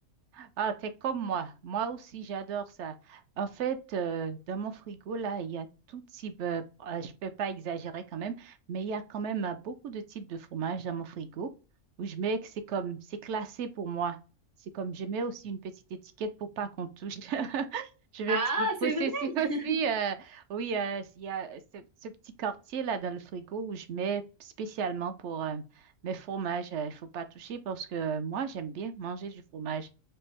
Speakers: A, on the right (about 70°); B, on the left (about 30°).
A: Ah, t'es comme moi. Moi aussi, j'adore ça. En fait, euh, dans mon frigo, là, il y a tout type, euh, ah, je peux pas exagérer quand même, mais il y a quand même euh, beaucoup de types de fromages dans mon frigo où je mets que c'est comme, c'est classé pour moi. C'est comme, je mets aussi une petite étiquette pour pas qu'on touche. <laughs> Je vais
B: Ah,
A: un petit peu possessive
B: c'est vrai! <laughs>
A: aussi. euh, oui, euh, il y a ce, ce petit quartier là dans le frigo où je mets spécialement pour euh, mes fromages. Euh, Il faut pas toucher parce que moi, j'aime bien manger du fromage.